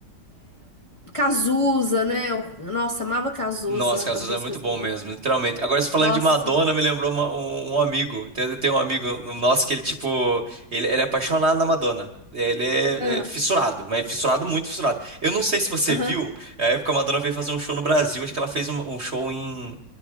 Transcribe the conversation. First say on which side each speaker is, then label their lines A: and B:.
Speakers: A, on the left; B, on the right.
A: Cazuza, né? eu- Nossa, amava Cazuza,
B: Nossa, cara,
A: as
B: Suzano
A: músicas
B: é muito bom
A: dele.
B: mesmo, literalmente. Agora, você falando
A: Nossa.
B: de Madonna, me lembrou uma- um, um amigo. Tem, tem um amigo nosso que ele, tipo, ele, ele é apaixonado na Madonna. Ele é,
A: Ah,
B: é fissurado, mas fissurado, muito fissurado. Eu não sei se você
A: aham.
B: viu, é a época que a Madonna veio fazer um show no Brasil. Acho que ela fez um, um show em.